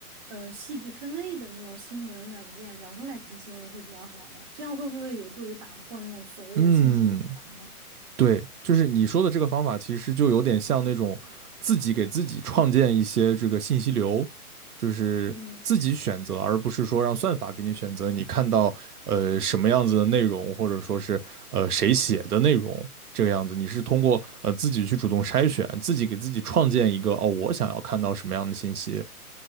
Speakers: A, on the right; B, on the right.
A: 嗯细致分类的那种新闻软件，然后来看新闻会比较好呢？这样会不会有助于打破那种所谓的信息茧房呢？
B: 嗯，对，就是你说的这个方法，其实就有点像那种自己给自己创建一些这个信息流，就是自己选择，
A: 嗯。
B: 而不是说让算法给你选择。你看到呃什么样子的内容，或者说是呃谁写的内容这个样子，你是通过呃自己去主动筛选，自己给自己创建一个哦，我想要看到什么样的信息，